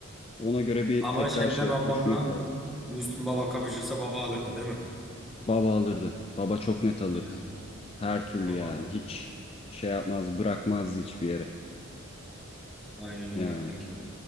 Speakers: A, on the left; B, in the centre.
A: Ona göre bir
B: Ama
A: tekrar
B: Şebnem
A: şey
B: ablamla
A: düşmek lazım.
B: Müslüm Baba kapışırsa baba alırdı değil mi?
A: Baba alırdı. Baba çok net alırdı.
B: Aynen.
A: Her türlü
B: Baba
A: yani.
B: alırdı.
A: Hiç şey yapmaz, bırakmazdı hiçbir yere.
B: Aynen
A: Yani.
B: öyle kankim.